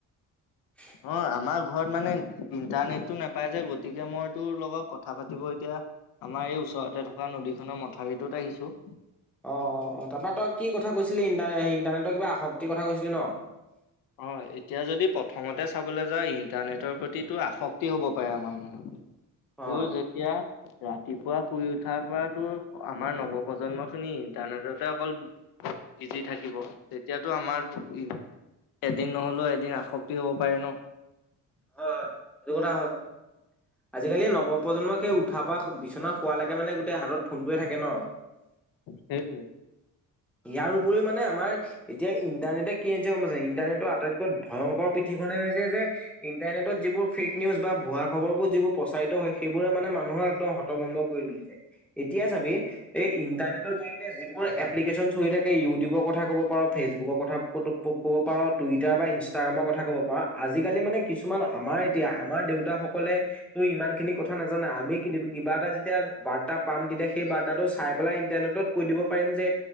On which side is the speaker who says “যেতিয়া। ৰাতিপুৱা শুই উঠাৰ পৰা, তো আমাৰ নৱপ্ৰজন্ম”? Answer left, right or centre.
Left